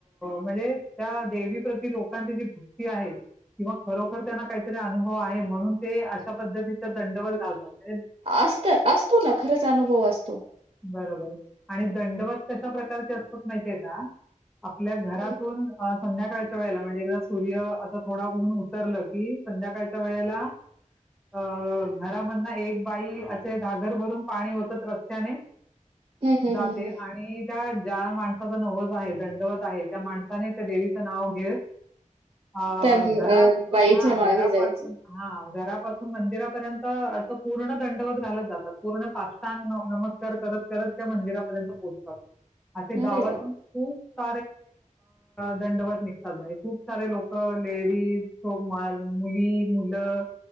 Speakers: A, in the centre; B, on the right.
A: म्हणजे त्या देवीप्रती लोकांची जी भक्ती आहे किंवा खरोखर त्यांना काहीतरी अनुभव आहे म्हणून ते अशा पद्धतीचा दंडवळ घालतात म्हणजे
B: असत असतो ना खरंच अनुभव असतो
A: बरोबर आणि दंडवत कशा प्रकारचे असतात माहिती आहे का आपल्या घरातून
B: हं,
A: संध्याकाळच्या वेळेला म्हणजे एकदा सूर्य असं थोडं ऊन उतरलं कि संध्याकाळच्या वेळेला अ घरामधना एक बाई असे धागर भरून पाणी होतच रस्ते त्याने
B: हं, हं,
A: जाते
B: हं, हं.
A: आणि त्या ज्या माणसाचा नवत आहे दंडवत आहे त्या माणसाने त्या देवीचं नाव घेतेत अ
B: त्या अ,
A: घरात
B: बाईच्या
A: हा
B: मागे
A: घरापासून
B: जायचं.
A: हा घरापासून मंदिरापर्यंत असं पूर्ण दंडवत घालत जातात पूर्ण काष्टांग नमकार कर त्या मंदिरार्यंत पोतात गावात
B: अरे वाह!
A: खप दंडवत निघतात म्हजे खूप सारे लोक लेडीज मुली मी मुलं